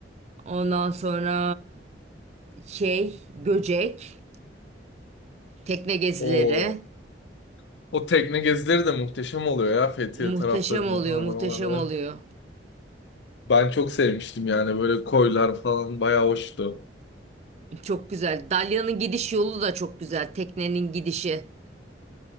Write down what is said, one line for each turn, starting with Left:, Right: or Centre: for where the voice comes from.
Right: ondan sonra şey Göcek, tekne gezileri.
Left: O o tekne gezileri de muhteşem oluyor ya Fethiye
Right: Muhteşem
Left: taraflarında
Right: oluyor,
Left: falan
Right: muhteşem
Left: oralarda.
Right: oluyor.
Left: Ben çok sevmiştim yani böyle koylar falan bayağı hoştu.
Right: Çok güzel. Dalyan'ın gidiş yolu da çok güzel. Teknenin gidişi.